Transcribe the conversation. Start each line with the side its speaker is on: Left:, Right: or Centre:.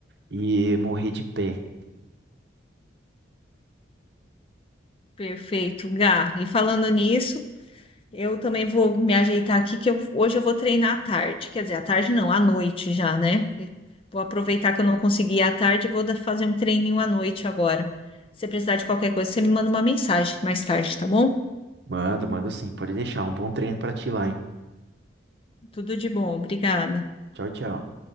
Right: e morrer de pé.
Left: Perfeito, Gá. E falando nisso, Eu também vou me ajeitar aqui, que eu- hoje eu vou treinar à tarde. Quer dizer, à tarde não, à noite já, né? Vou aproveitar que eu não consegui ir à tarde e vou da- fazer um treininho à noite agora. Se precisar de qualquer coisa, você me manda uma mensagem mais tarde, tá bom?
Right: Mando, mando sim, pode deixar um bom treino para ti lá, hein?
Left: Tudo de bom, obrigada.
Right: Tchau, tchau.